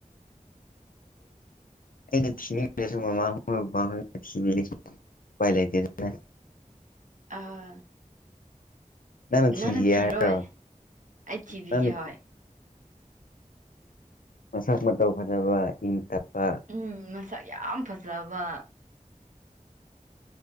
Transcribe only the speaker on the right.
ꯑꯥ
ꯅꯪ ꯅ ꯊꯤꯔꯣꯏ
ꯑꯩ ꯊꯤꯕꯤꯒꯦ
ꯍꯣꯏ
ꯎ ꯃꯁꯛ ꯌꯥꯝ ꯐꯖꯕ